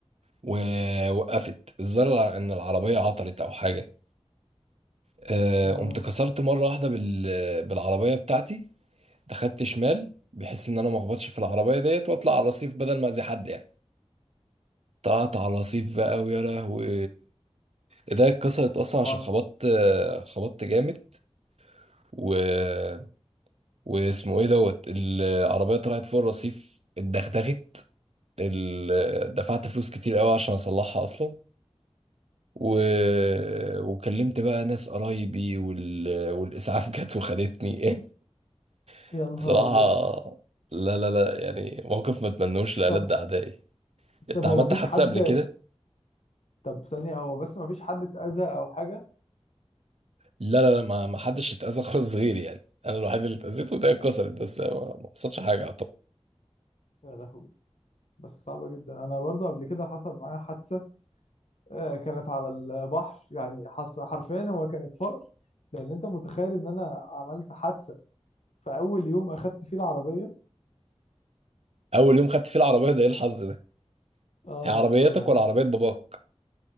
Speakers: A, on the right; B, on the left.
A: ووقفت الظاهر الع- ان العربية عطلت او حاجة آه،
B: مم.
A: قمت كسرت مرة واحدة بال- بالعربية بتاعتي دخلت شمال بحيث ان انا ما اخبطش في العربية ديت واطلع على الرصيف بدل ما اذي حد يعني طلعت على الرصيف بقى ويا لهوي ايديا اتكسرت اصلا
B: طبعا
A: عشان خبطت خبطت جامد و... واسمه ايه دوت العربيه طلعت فوق الرصيف اتدغدغت ال... دفعت فلوس كتير قوي عشان اصلحها اصلا و... وكلمت بقى ناس قرايبي وال... والاسعاف جت وخدتني <laughs>
B: يا نهار
A: بصراحه
B: ابيض
A: لا لا لا يعني موقف ما اتمنوش لألد
B: طب
A: اعدائي انت
B: طب
A: عملت
B: هو مفيش
A: حادثه
B: حد
A: قبل كده
B: طب ثانية هو بس مفيش حد اتأذى او حاجة
A: لا لا لا ما ما حدش اتأذى خالص غيري يعني انا الوحيد اللي اتأذيت وايديا اتكسرت بس ما ما حصلش حاجه
B: يا لهوي بس صعبة جدا انا برضو قبل كده حصل معايا حادثة آه، كانت على البحر يعني حص- حرفيا هو كانت فقر لان انت متخيل ان انا عملت حادثة في اول يوم اخدت فيه العربية
A: اول يوم خدت فيه العربيه ده ايه الحظ ده
B: اه
A: هي عربيتك
B: والله يعني
A: ولا عربيه
B: أنا-
A: باباك